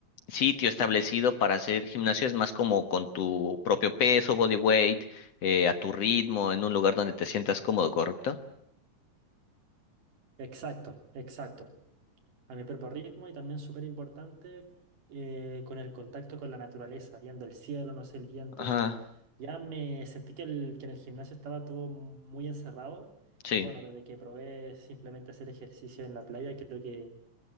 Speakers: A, on the left (about 60°); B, on the right (about 70°).
A: sitio establecido para hacer gimnasio, es más como con tu propio peso, body weight, eh, a tu ritmo, en un lugar donde te sientas cómodo, ¿correcto?
B: Exacto, exacto. A mi propio ritmo y también súper importante eh, con el contacto con la naturaleza, viendo el cielo, no sé, el viento.
A: Ajá,
B: Ya me sentí que, el- que en el gimnasio estaba todo muy encerrado
A: sí.
B: y bueno, desde que probé simplemente hacer ejercicio en la playa, creo que,